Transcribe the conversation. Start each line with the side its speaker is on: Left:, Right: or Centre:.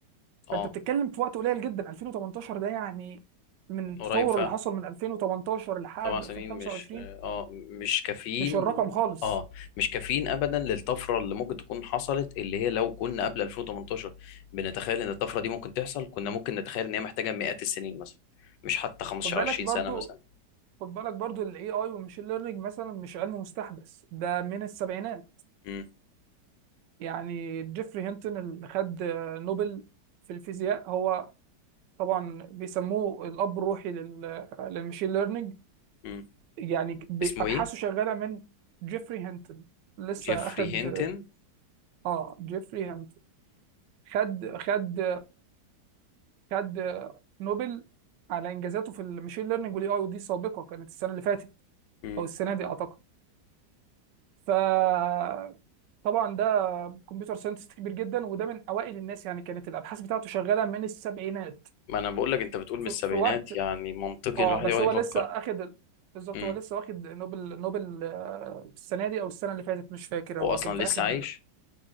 Left: اه
Right: فانت بتتكلم في وقت قليل جدا 2018 ده يعني من
Left: من
Right: التطور
Left: قريب فعلا
Right: اللي حصل من 2018 لحد
Left: سبع سنين
Right: 2025
Left: مش اه مش كافيين
Right: مش الرقم خالص
Left: اه مش كافيين ابدا للطفره اللي ممكن تكون حصلت اللي هي لو كنا قبل 2018 بنتخيل ان الطفره دي ممكن تحصل كنا ممكن نتخيل ان هي محتاجه مئات السنين مثلا مش حتى 15
Right: خد بالك
Left: 20
Right: برضو
Left: سنه مثلا
Right: خد بالك برضو الاي اي والماشين ليرنينج مثلا مش علم مستحدث ده من السبعينات
Left: امم
Right: يعني جيفري هينتون اللي خد آه، نوبل في الفيزياء هو طبعا بيسموه الاب الروحي لل- للماشين ليرنينج
Left: امم
Right: يعني ب-
Left: اسمه
Right: ابحاثه
Left: ايه
Right: شغاله من جيفري هينتون لسه
Left: جيفري
Right: اخد
Left: هينتن
Right: اه جيفري هينتون خد خد خد آه، نوبل على انجازاته في الماشين ليرنينج والاي اي ودي سابقه كانت السنه اللي فاتت
Left: امم
Right: او السنه دي اعتقد فطبعا ده كمبيوتر ساينتست كبير جدا وده من اوائل الناس يعني كانت الابحاث بتاعته شغاله من السبعينات
Left: ما انا بقول لك انت بتقول
Right: في,
Left: من السبعينات
Right: في وقت
Left: يعني منطقي
Right: اه
Left: ان الواحد
Right: بس
Left: يقعد
Right: هو
Left: يفكر
Right: لسه اخد ال- بالظبط
Left: امم
Right: هو لسه واخد نوبل نوبل آه، السنه دي او السنه اللي فاتت مش فاكر
Left: هو
Right: هو
Left: اصلا
Right: كان في
Left: لسه
Right: اخر
Left: عايش